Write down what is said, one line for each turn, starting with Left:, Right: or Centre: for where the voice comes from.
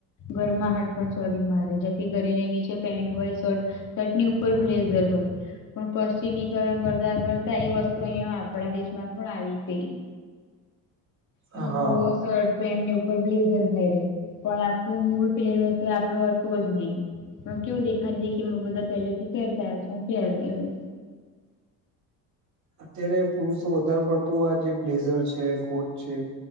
Left: ઘરમા હાટૅ પેન્ટ સોરી મારે જેથી કરીને નીચે પેન્ટ હોય શર્ટ. સટૅ ની ઉપર બ્લેઝર હોય. પણ પશ્ચિમીકરણ કરતા કરતા એ વસ્તુ અહીં આપણા દેશમાં પણ આવી ગઈ. એ
Right: હા
Left: લોકો શર્ટ પેન્ટ ની ઉપ. પડલી ઘેર પેરે પણ આપણું મૂળ પહેરવે તો આપડો હતું જ નહી. હું કેવું દેખા દેખી બધા પેલેથી પેરતા હશે ને પેરે એવું.
Right: અત્યારે પુરુષો વધારે પડતું આ જે બ્લેઝર છે કોટ છે.